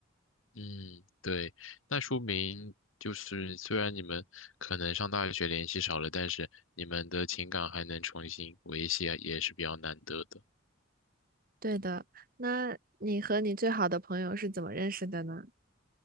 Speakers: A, on the left; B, on the right.
A: 嗯，对，那说明就是虽然你们可能上大学联系少了，但是你们的情感还能重新维系，也是比较难得的。
B: 对的，那你和你最好的朋友是怎么认识的呢？